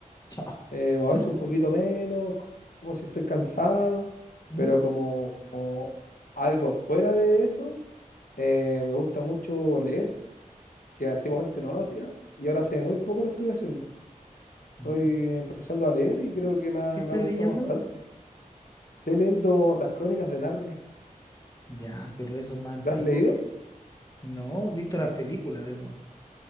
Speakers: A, on the left (about 25°); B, on the left (about 85°).
A: Chao.
B: eh, o
A: ¿Ya?
B: a veces un poquito menos, co- como si estoy cansado,
A: ¿Mm?
B: pero como algo fuera de eso, eh, me gusta mucho leer, que antiguamente no lo hacía, y ahora hace muy poco lo estoy haciendo. Estoy
A: ¿Mm?
B: empezando a leer y creo que me ha,
A: ¿Qué estás
B: me ha gustado
A: leyendo?
B: bastante. Estoy leyendo Las Crónicas de Narnia.
A: Ya, pero eso es más antiguo.
B: ¿Lo has leído?
A: No, he visto las
B: es-
A: películas de eso.